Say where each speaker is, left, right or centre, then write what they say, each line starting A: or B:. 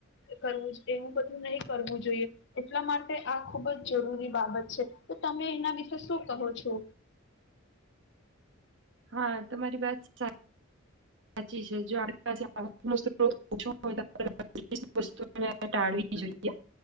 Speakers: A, on the left; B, on the right.
A: કરવું જ એવું બધું નહી કરવું જોઈએ, એટલા માટે આ ખુબ જ જરૂરી બાબત છે, તો તમે એના વિશે શું કહો છો?
B: હા, તમારી વાત સા સાચી છે, જો <unintelligible> ટાળવી જોઈએ